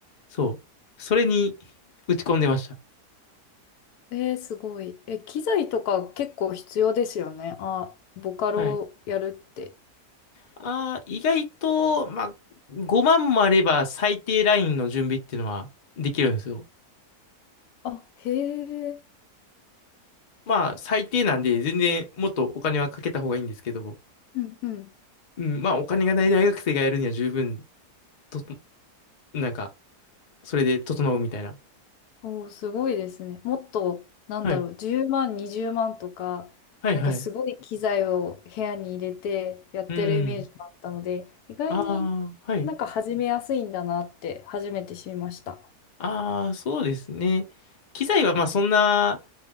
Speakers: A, on the left; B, on the left.
A: そう。それに打ち込んでました。
B: えー、すごい。え、機材とか結構必要ですよね。あ、ボカロやるって。
A: はい。ああ、意外と、まあ、5万もあれば最低ラインの準備っていうのはできるんですよ。
B: あ、へえ。
A: まあ、最低なんで、全然もっとお金はかけた方がいいんですけど、
B: うんうん。
A: うん、まあ、お金がない大学生がやるには十分となんか、それで整うみたいな。
B: おーすごいですね。もっと、なんだろう、
A: はい。
B: 10万、20万とか、
A: はいはい。
B: なんかすごい機材を部屋に入れてやってるイメージだったので、
A: うん。
B: 意外になんか始めやすいんだなって初めて知りました。
A: ああ、はい。ああ、そうですね。機材はまあそんな、